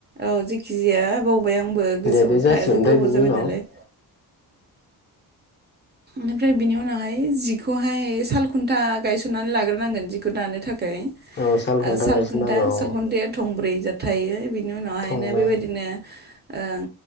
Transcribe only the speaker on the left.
दे बे जासिगोन
ओमफ्राय
बिनि
उनाव
औ साल खुन्था
गायसननांगौ
थंनै